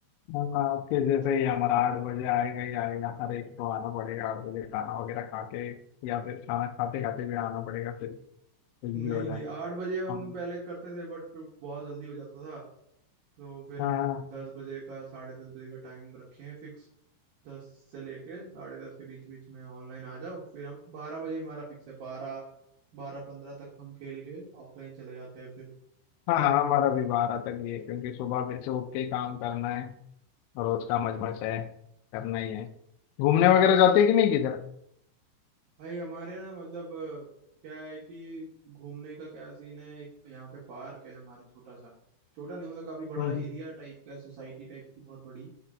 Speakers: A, on the left; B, on the right.
A: अब आपके जैसे ही हमारा आठ बजे आएगा ही आएगा हर एक को आना पड़ेगा आठ बजे खाना वगैरह खा के या फिर खाना खाते खाते भी आना पड़ेगा फिर कुछ
B: <laughs>
A: भी
B: नहीं
A: हो जाए
B: नहीं आठ बजे हम
A: हम-
B: पहले करते थे बट फिर बहुत जल्दी हो जाता था तो फिर
A: हाँ
B: हम दस बजे का साढ़े दस बजे का टाइम रखे हैं फिक्स दस से लेके साढ़े दस के बीच बीच में ऑनलाइन आ जाओ फिर हम बारह बजे हमारा फिक्स है बारह बारह पंद्रह तक हम खेल के ऑफलाइन चले जाते हैं फिर
A: हाँ हमारा भी बारह तक ही है क्योंकि सुबह फिर से उठ के काम करना है रोज का मजमस है करना ही है घूमने
B: हाँ
A: वगैरह जाते हैं कि नहीं किधर
B: भाई हमारे ना मतलब अ, क्या है कि घूमने का क्या सीन है एक यहाँ पे पार्क है हमारे छोटा सा छोटा नहीं मतलब काफी बड़ा
A: हम्म
B: एरिया टाइप का है सोसाइटी टाइप की बहुत बड़ी